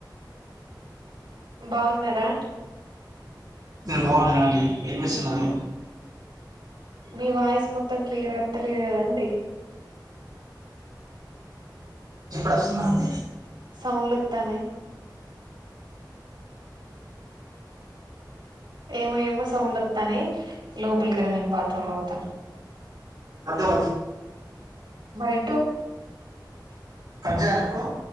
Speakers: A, on the right; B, on the right.
A: బాగున్నారా
B: మీరు బాగున్నారా ఏం చెస్తున్నారు
A: మీ వాయిస్ మొత్తం క్లియర్ వత్తలేదు కదండి
B: ఇప్పుడు వస్తున్నాదా అండి
A: సౌండ్ వత్తాన్నాయి ఏమో ఏమో సౌండ్ వస్తానాయి లోపలికిరా నేను బాత్రూమ్ లో ఉంటాను
B: అర్థ <inaudible>
A: మరెటు
B: కజ్ చేయాలా ఇప్పుడు